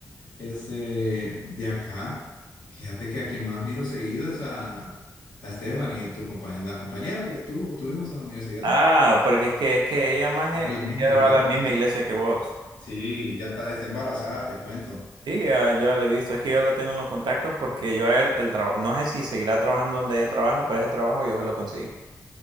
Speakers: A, on the left (about 75°); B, on the right (about 75°).
A: Este, de acá, fíjate que a quien más miro seguido es a, a Stephanie, tu compañera, la compañera que tú tuvimos en la universidad.
B: Ah, porque es que es que ella más ella
A: Vale, misma iglesia.
B: va a la misma iglesia que vos.
A: Sí, ya está, está embarazada, te cuento.
B: Sí, ya- yo ya la he visto. Es que yo la tengo en los contactos porque yo a él el trabajo, no sé si seguirá trabajando donde ella trabaja, pero ese trabajo yo se lo conseguí.